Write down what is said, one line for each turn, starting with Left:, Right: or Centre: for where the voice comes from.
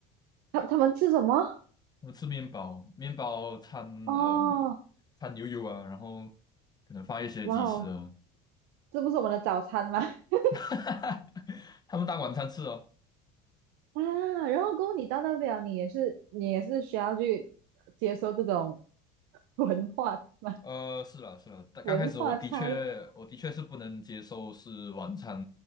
Right: 他他们吃什么？
Left: 我吃面包，面包掺呃
Right: 哦，
Left: 掺牛油啊，然后可能放一些鸡翅啊，
Right: 哇哦，这不是我们的早餐吗？<laughs>
Left: <laughs> 他们当晚餐吃哦。
Right: 啊，然后过后你到那边，你也是你也是需要去接受这种 <laughs> 文化嘛，
Left: 呃，是啦是啦，但刚开始我的确我的确是不能接受是晚餐
Right: 文化差异，